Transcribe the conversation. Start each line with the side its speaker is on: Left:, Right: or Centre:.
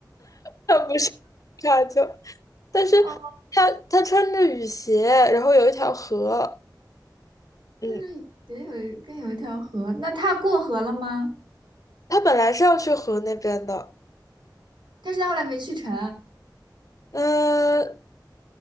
Left: 他不是 <laughs> 沙丘，但是
Right: 哦，
Left: 他他穿着雨鞋，然后有一条河。嗯，
Right: 它这也有一跟有一条河，那它过河了吗？
Left: 他本来是要去河那边的，
Right: 但是它后来没去成，
Left: 嗯、